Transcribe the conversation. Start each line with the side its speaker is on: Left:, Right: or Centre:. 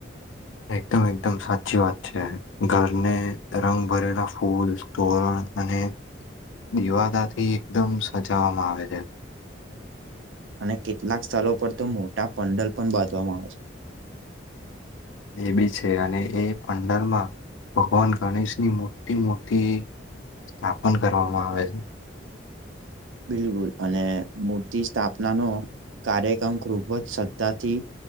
Left: એકદમ એકદમ સાચી વાત છે ઘરને રંગ ભરેલા ફૂલ તોરણ અને દિવાદાથી એકદમ સજાવામાં આવે છે
Right: અને કેટલાક સ્થળો પર તો મોટા પંડલ પણ બાંધવામાં આવે છે
Left: એ બી છે અને એ પંંડરમાં ભગવાન ગણેશની મોટી મુર્તિ સ્થાપન કરવામાં આવે છે
Right: બિલકુલ અને મૂર્તિ સ્થાપના નો કાર્યક્રમ ખૂબ જ શ્રદ્ધાથી